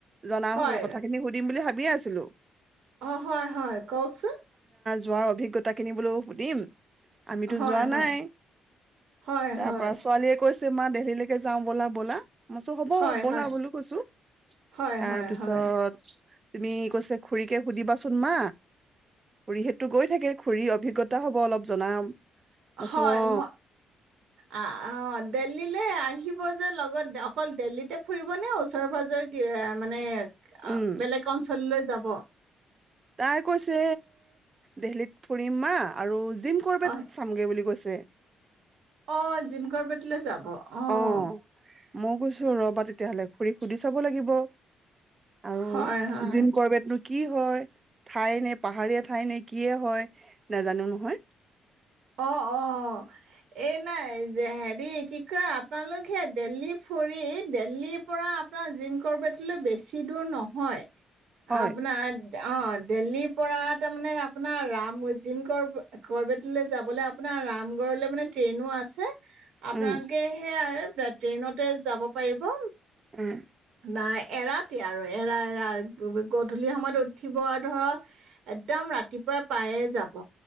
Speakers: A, on the right; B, on the right.
A: জনাওঁ
B: হয়
A: বোলো কথাখিনি সুধিম বুলি ভাবি, ভাবিয়ে আছিলো।
B: অ', হয়- হয় কওকচোন?
A: তোমাৰ অভিজ্ঞতা কিনি বোলো সুধিম? আমিতো
B: হয়
A: যোৱা
B: হয়
A: নাই
B: হয়
A: তাৰ
B: হয়
A: পৰা ছোৱালীয়ে কৈছে, তোমাৰ দেলহিলৈকে যাওঁ বলা-বলা? মই কৈছো হ'ব
B: হয়
A: ব'লা
B: হয়
A: বুলো কৈছো।
B: হয়
A: তাৰ
B: হয়
A: পিছত,
B: হয়
A: তুমি কৈছে খুৰিকে সুধিবাচোন মা, খুুৰীহেতটো গৈ থাকে খুৰী অভিজ্ঞতা হব অলপ জনাম। মইছো
B: হয়
A: অ
B: ম, আঃ দেল্লী, লৈ আহিব যে লগত অকল দেল্লিতে ফুৰিব নে ওচৰে -পাজৰে কি, মানে
A: উম
B: বেলেগ অঞ্চললৈ যাব?
A: তাই কৈছে, দেলহিত ফুৰিম মা আৰু, জিম কৰিব
B: হয়
A: চামগে বুলি গৈছে
B: অ জিম কৰ বেটলে যাব আহ
A: অ মই কৈছোঁ ৰবা তেতিয়াহ'লে খুৰীক সুধি চাব লাগিব আৰু
B: হয়, হয়,
A: জিম কৰবাতনো কি হয় ঠাই নে পাহাৰীয়া ঠাই নে কিয়ে হয় নেজানো নহয়
B: অ অ অ এই নাই যে হেৰি কি কয় আপোনালোক হেত দেলহি ফুৰি দেলহিৰ পৰা আপোনাৰ জিম কৰবটলৈ বেছি দূৰ নহয়
A: হয়
B: আপোনাৰ অ দেলহিৰ পৰা তাৰমানে আপোনাৰ ৰাম মজিম কৰ কৰবেটীলৈ যাব বোলে আপোনাৰ ৰামগড়লৈ মানে ট্ৰেইনো আছে আপোনালোকে
A: উম
B: সে আৰু ট্ৰেইনতে যাব পাৰিব
A: উম
B: নাই এৰাতে আৰু এৰা এৰা গধূলি সময়ত উঠিব আৰু ধৰক একদম ৰাতিপুৱাই পায়ে যাব